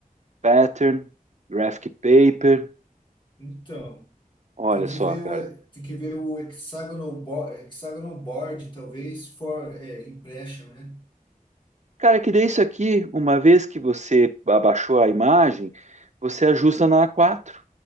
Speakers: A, on the right; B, on the left.
A: pattern, graphic paper.
B: Então,
A: Olha
B: tem que
A: só,
B: ver
A: cara.
B: o, tem que ver o hexagonal, bo, hexagonal board, talvez, for, é, impression, né?
A: Cara, que daí isso aqui, uma vez que você abaixou a imagem, você ajusta na A4.